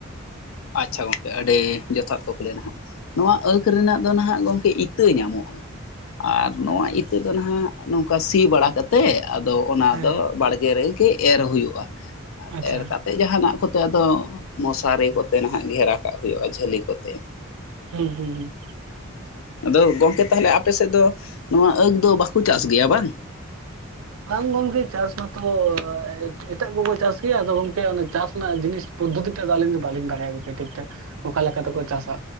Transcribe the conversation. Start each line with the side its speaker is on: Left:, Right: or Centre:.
Left: ᱟᱪᱷᱟ ᱜᱚᱝᱠᱮ ᱟᱹᱰᱤ ᱡᱚᱛᱷᱟᱛ ᱠᱩᱠᱞᱤ ᱱᱟᱦᱟᱜ ᱱᱚᱣᱟ ᱟᱹᱠᱷ ᱨᱮᱱᱟᱜ ᱫᱚ ᱱᱟᱦᱟᱜ ᱜᱚᱝᱠᱮ ᱤᱛᱟᱹ ᱧᱟᱢᱚᱜᱼᱟ ᱟᱨ ᱱᱚᱣᱟ
Right: ᱟᱪᱪᱷᱟ
Left: ᱤᱛᱟᱹ ᱫᱚ ᱱᱟᱦᱟᱜ ᱱᱚᱝᱠᱟ ᱥᱤ ᱵᱟᱲᱟ ᱠᱟᱛᱮ ᱟᱫᱚ ᱚᱱᱟ
Right: ᱦᱮᱸ
Left: ᱫᱚ ᱵᱟᱲᱜᱮ ᱨᱮᱜᱮ ᱮᱨ ᱦᱩᱭᱩᱜᱼᱟ ᱟᱨ
Right: ᱟᱪᱪᱷᱟ
Left: ᱮᱨ ᱠᱟ ᱮᱱᱛᱮᱫ ᱡᱟᱦᱟᱱᱟᱜ ᱠᱚᱛᱮ ᱟᱫᱚ ᱢᱚᱥᱟᱨᱤ ᱠᱚᱛᱮ ᱱᱟᱦᱟᱜ ᱜᱷᱮᱨᱟ ᱠᱟᱜ ᱦᱩᱭᱩᱜᱼᱟ ᱡᱷᱟᱹᱞᱤ ᱠᱚᱛᱮ
Right: ᱦᱩᱸ ᱦᱩᱸ ᱦᱩᱸ
Left: ᱟᱫᱚ ᱜᱚᱝᱠᱮ ᱛᱟᱦᱚᱞᱮ ᱟᱯᱮ ᱥᱮᱫ ᱫᱚ ᱱᱚᱣᱟ ᱟᱹᱜ ᱫᱚ ᱵᱟᱠᱚ ᱪᱟᱥ ᱜᱮᱭᱟ ᱵᱟᱝ
Right: ᱵᱟᱝ ᱜᱚᱢᱠᱮ ᱪᱟᱥ ᱢᱟᱛᱚ ᱮᱴᱟᱜ ᱠᱚᱠᱚ ᱪᱟᱥ ᱜᱮᱭᱟ ᱟᱫᱚ ᱜᱚᱝᱠᱮ ᱚᱱᱮ ᱪᱟᱥ ᱨᱮᱱᱟᱜ ᱡᱤᱱᱤᱥ ᱯᱚᱫᱷᱚᱛᱤ ᱛᱮ ᱫᱚ ᱟᱹᱞᱤᱧ ᱫᱚ ᱵᱟᱹᱞᱤᱧ ᱵᱟᱲᱟᱭᱟ ᱜᱚᱝᱠᱮ ᱴᱷᱤᱠ ᱴᱷᱟᱠ ᱚᱠᱟ ᱞᱮᱠᱟ ᱛᱮᱠᱚ ᱪᱟᱥᱟ